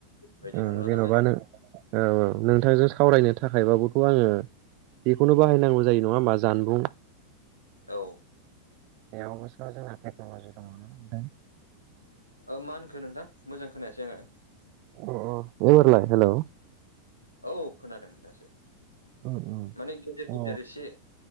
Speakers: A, on the left; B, on the right.
A: बायदि
B: ओ
A: नंला
B: जेन'बा
A: नालाय
B: नो औ औ नोंथांजो सा सावरायनो थाखायबाबोथ' आङो बेखौनो बाहायनांगौ जायो नङा होमबा जानबुं
A: औ
B: बेआवबोस' जोंना थेक्न'लजि दङ'ना नोंथां
A: ओ मा होनखो नोंथां मोजां खोनायासै आङो
B: अ अ <unintelligible> हेलौ
A: औ खोनादों दासो
B: उम उम
A: माने गेदेर
B: अ
A: गेदेर एसे